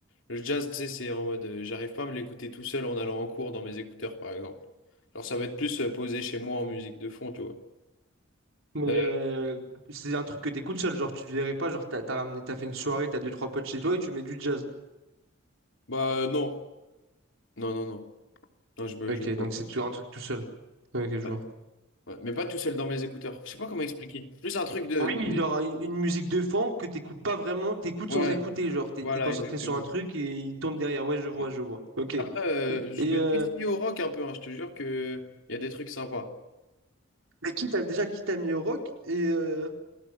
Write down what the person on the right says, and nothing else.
Mais
euh, c'est un truc que t'écoutes seul, genre, tu te verrais pas, genre, t'as t'as ramené, t'as fait une soirée, t'as deux, trois potes chez toi, et tu mets du jazz.
Ok,
donc
c'est tout- un truc tout seul. Ok, je
vois.
Oui,
genre une, une musique de fond que t'écoutes pas vraiment, t'écoutes
sans écouter, genre t'es
t'es concentré
sur un truc et il tourne derrière. Ouais, je vois,
je vois. Ok. Et,
et,
euh,
mais qui t'a déjà qui t'a mis au rock et euh,